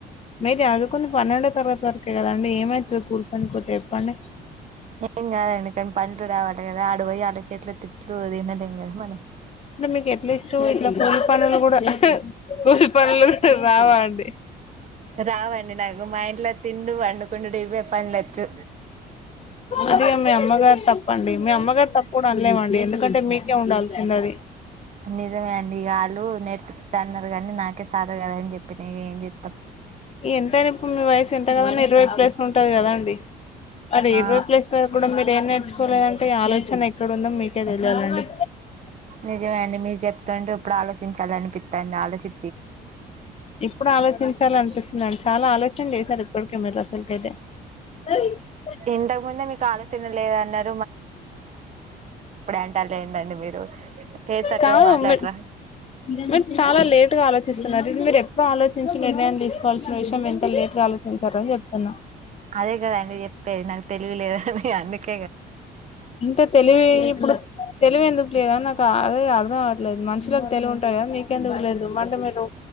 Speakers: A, on the left (about 40°); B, on the right (about 45°).
A: మేబి అదకొన్నది పన్నెండో తరగతి వరకే కదండి ఏమయితుంది కూలిపనికి పోతే చెప్పండి
B: ఏం కాదండి కానీ పండ్లు రావట కదా ఆడ బోయి ఆళ్ల సేత్లొ తిట్లు తినలేం కదా మనం
A: అంటే మీకు ఎట్లీస్ట్ ఇట్లా కూలి పనులు కూడా కూలి పనులు కూడ రావ అండి
B: రావండి నాకు మా ఇంట్లో తిండు వండుకుండు ఇవే పనులొచ్చు
A: అది ఇగా మీ అమ్మగారు తప్పు చెప్పండి మీ అమ్మగారు తప్పు కూడా అనలేమండి ఎందుకంటే మీకే ఉండాల్సింది అది
B: నిజమే అండి ఆల్లూ నేర్పిత్తా అన్నారు గానీ నాకే శాత కాదు అని చెప్పి న ఇగ ఏం చె త
A: ఎంతైన ఇప్పుడు మీ వయసు ఎంత కదన్నా ఇరవై ప్లస్ ఉంటది కదా అండి అదే
B: ఆ
A: ఇరువై ప్లస్ <unintelligible> కూడా మీరు ఏం నేర్చుకోలేదంటే ఆలోచన ఎక్కడ ఉందో మీకే తెలియాలండి
B: నిజమే అండి మీరు చెప్తాంటే ఇప్పుడు ఆలోచిం చించాలని అనిపిత్తాంది ఆలోచి
A: ఇప్పుడు ఆలోచించాల అనిపిస్తుంది అండి చాలా ఆలోచ సార్ కోక మల స్వల్ప ఇతే <unintelligible>
B: ఇంతకు ముందే మీకు ఆలస్యంగ లేదు అన్నారు అంటారు ఏందండి మీరు ఏ సక్కగా
A: కాదు
B: మాట్లాడరా
A: మరి చాలా లేట్గా ఆలోచిస్తున్నారు ఇది మీరు ఎప్పుడో ఆలోచించ చూచి నిర్ణయం తీసుకోవాల్సిన విషయం ఎంత లేట్ గా ఆలోచించారు అని చెప్తన్నా
B: అదే కదా అండి జెప్పేది నాకు తెలివిలేదని అన్నికి
A: అంటే తెలివి ఇప్పుడు తెలివి ఎందుకు లేదా అని నాక అదే అర్థం అవట్లేదు మనుషులకి తెలివి ఉంటాయి కదా మీకెందుకు లేదు మంటే మీరు